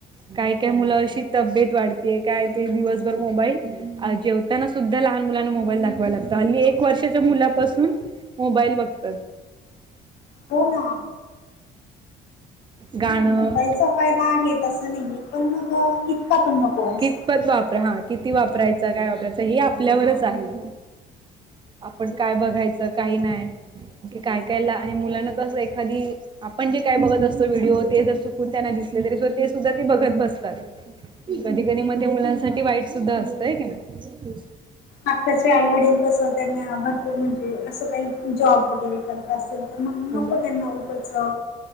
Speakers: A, on the right; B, on the left.
A: काय काय मुल अशी तब्येत वाढतेय. काय ते दिवसभर मोबाईल. अ जेव तांना सुद्धा लहान मुलांना मोबाईल दाखवाला लागत. हल्ली एक वर्षाच्या मुलापासून मोबाईल बघतात.
B: हो ना.
A: गाणं.
B: नाही मोबाईलचा फायदा आहे तसं नाहीये. पण मग इतका पण नको. असं
A: कितपत वापरा, हा किती वापरायचा? काय वापरायच? हे आपल्यावरच आहे. आपण काय बघायचं काय नाय. की काय काय ला आणि मुलाना कसं एखादी आपण जे काय बघत असतो व्हिडिओ. ते जर चुकून त्यांना दिसले. तरी स ते सुद्धा ते बघत बसतात. कधी कधी मग ते मुलांसाठी वाईट सुद्धा असतंय की ना.
B: आताचे आईवडील कसं, त्यांना भरपूर म्हणजे, असं काही जॉब वगैरे करत असेल. तर म्हणून
A: हो.
B: नको त्यांना उगच